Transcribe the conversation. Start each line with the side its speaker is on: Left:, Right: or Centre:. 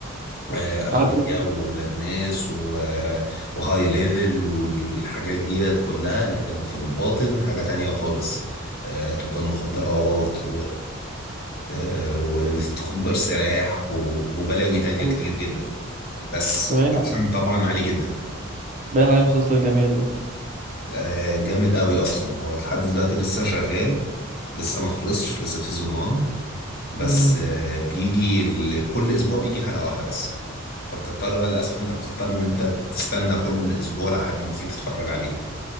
Left: آه، أغنياء
Right: عارف
Left: وولاد ناس و- آه، وهاي ليفل والحاجات ديت كلها لكن في الباطن حاجة تانية خالص آه، تجار مخدرات آه، وتجار سلاح و- وبلاوي تانية
Right: أيوه.
Left: كتير جدا بس
Right: ده باين
Left: اكشن طبعا عالي جدا
Right: باين عليه مسلسل جميل ده
Left: آه، جامد قوي اصلا هو لحد دلوقتي لسه شغال لسه ما خلصش لسه في سيزون 1 بس
Right: مم.
Left: آه، بيجي ال- كل اسبوع بيجي حلقة واحدة بس فبتضطر بقى للاسف انت بتضطر ان انت تستنى كل اسبوع لحد لما تيجي تتفرج عليه